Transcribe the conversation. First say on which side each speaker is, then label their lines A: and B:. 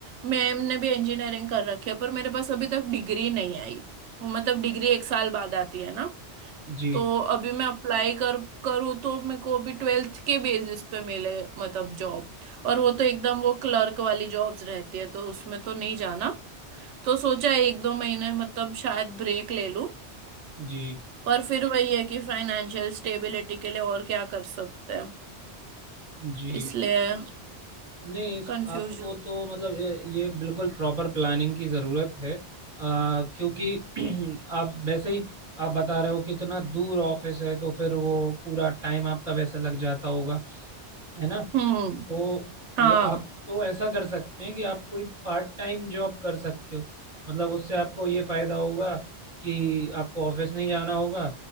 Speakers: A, on the right (about 85°); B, on the right (about 30°).
A: मैम ने भी इंजीनियरिंग कर रखी है पर मेरे पास अभी तक डिग्री नहीं आई वो मतलब डिग्री एक साल बाद आती है ना
B: जी
A: तो अभी मैं अप्लाई कर करूँ तो मेरे को अभी ट्वेल्थ के बेसिस पे मिले मतलब जॉब और वो तो एकदम वो क्लर्क वाली जॉब्स रहती है तो उसमें तो नहीं जाना तो सोचा है एक दो महीने मतलब शायद ब्रेक ले लूं
B: जी
A: पर फिर वही है कि फाइनेंशियल स्टेबिलिटी के लिए और क्या कर सकते हैं
B: जी
A: इसलिए
B: नहीं इस
A: कंफ्यूजन
B: आपको तो मतलब ये, ये बिल्कुल प्रॉपर प्लानिंग की ज़रूरत है आ, क्योंकि <clears throat> आप वैसे ही आप बता रहे हो कि इतना दूर ऑफिस है तो फिर वो पूरा टाइम आपका वैसे लग जाता होगा है ना
A: हम्म
B: तो
A: हाँ
B: ये आप तो ऐसा कर सकते हैं कि आप कोई पार्ट टाइम जॉब कर सकते हो मतलब उससे आपको ये फायदा होगा कि आपको ऑफिस नहीं जाना होगा